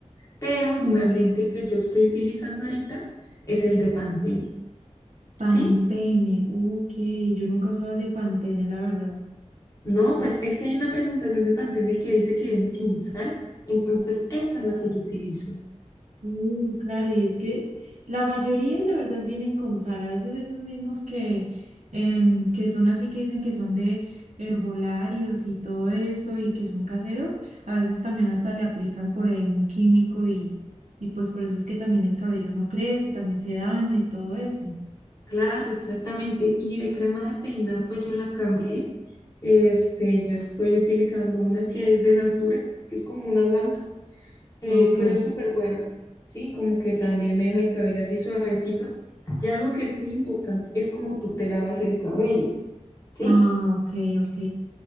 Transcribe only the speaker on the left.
pero finalmente
el que yo estoy utilizando ahorita es el de Pantene,
¿sí?
No, pues es que hay una presentación de Pantene que dice que viene sin sal, entonces esa es la que yo utilizo.
Claro, exactamente. Y de crema de peinar, pues yo la cambié. Este, yo estoy utilizando una que es de Natura, que es como una blanca, eh,
pero es súper buena, ¿sí? Como que también me deja el cabello así suavecito. Y algo que es muy importante es como tú te lavas el cabello, ¿sí?